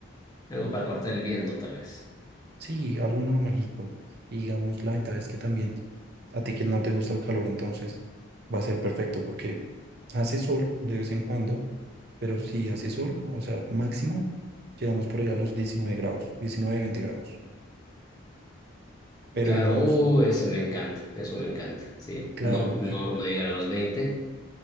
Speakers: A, on the left (about 20°); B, on the right (about 50°).
A: Algo para cortar el viento, tal vez.
B: Sí, algo normalito. Y digamos, la ventaja es que también a ti que no te gusta el calor, entonces va a ser perfecto porque hace sol de vez en cuando, pero si hace sol, o sea, máximo llegamos por ahí a los 19 grados, diecinueve veinte grados. Pero
A: Claro,
B: digamos,
A: uh, eso me encanta, eso me encanta, sí.
B: claro,
A: No, no,
B: y,
A: no llegar a los 20